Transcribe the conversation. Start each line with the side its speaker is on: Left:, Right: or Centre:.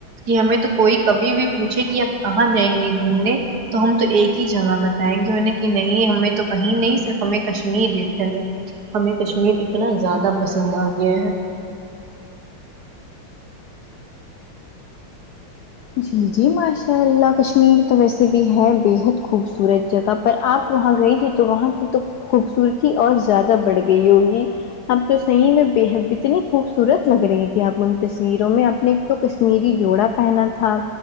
Right: کہ ہمیں تو کوئی کبھی بھی پوچھے کہ ہم کہاں جائیں گی گھومنے تو ہم تو ایک ہی جگہ بتائیں گے انہیں کہ نہیں ہمیں تو کہیں نہیں صرف ہمیں کش میر لے چلیں ہمیں کشمیر اتنا زیادہ پسند آ گیا ہے
Left: جی جی ماشاء اللہ کشمیر تو ویسے بھی ہے بےحد خوبصورت جگہ پر آپ وہاں گئی تھی تو وہاں کی تو خوبصورتی اور زیادہ بڑھ گئی ہوگی اپ تو صحیح میں بے حد اتنی خوبصورت لگ رہی تھی اپ ان تصویروں میں اپنی تو کشمیری جوڑا پہنا تھا